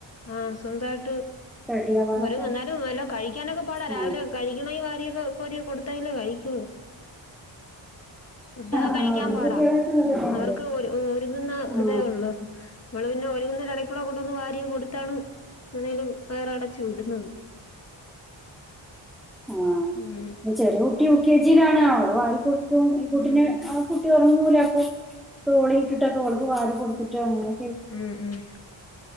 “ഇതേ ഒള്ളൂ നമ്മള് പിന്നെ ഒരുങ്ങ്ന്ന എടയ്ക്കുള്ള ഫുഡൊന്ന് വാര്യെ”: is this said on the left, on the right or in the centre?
Left